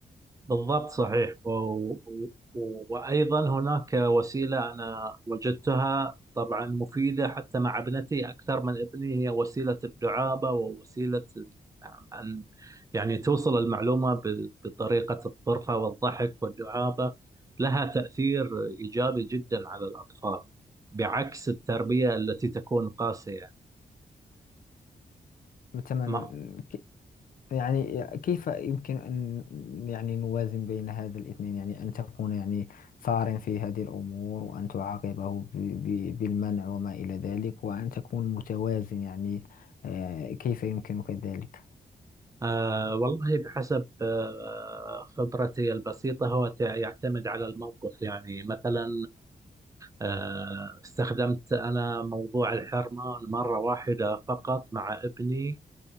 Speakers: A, on the right; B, on the left.
A: بالضبط صحيح و... و... وأيضا هناك وسيلة أنا وجدتها طبعا مفيدة حتى مع ابنتي أكثر من ابني هي وسيلة الدعابة ووسيلة أن يعني توصل المعلومة ب... بطريقة الطرفة والضحك والدعابة لها تأثير إيجابي جدا على الأطفال بعكس التربية التي تكون قاسية
B: تمام
A: ما
B: يعني كيف يمكن أن يعني نوازن بين هذا الاثنين يعني أن تكون يعني ثار في هذه الأمور وأن تعاقبه ب- ب- بالمنع وما إلى ذلك وأن تكون متوازن يعني آه، كيف يمكنك ذلك؟
A: آه والله بحسب آه خبرتي البسيطة هو تع- يعتمد على الموقف يعني مثلا آه استخدمت أنا موضوع الحرمة مرة واحدة فقط مع ابني